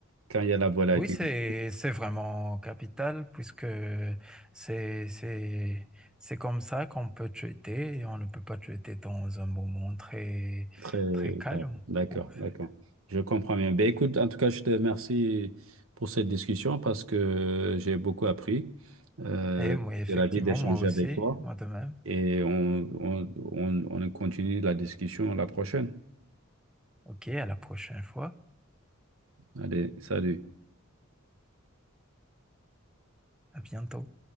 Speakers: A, on the right (about 75°); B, in the centre.
A: quand il y a la volatilité.
B: Oui, c'est, c'est vraiment capital puisque c'est, c'est, c'est comme ça qu'on peut traiter et on ne peut pas traiter dans un moment très,
A: Très
B: très calme,
A: bien. D'accord,
B: en fait.
A: d'accord. Je comprends bien. Ben, écoute, en tout cas, je te remercie pour cette discussion parce que j'ai beaucoup appris. Euh,
B: Et moi, effectivement,
A: j'ai la vie d'échanger
B: moi aussi,
A: avec toi
B: moi de même.
A: et on, on, on, on continue la discussion la prochaine.
B: Ok, à la prochaine fois.
A: Allez, salut.
B: À bientôt.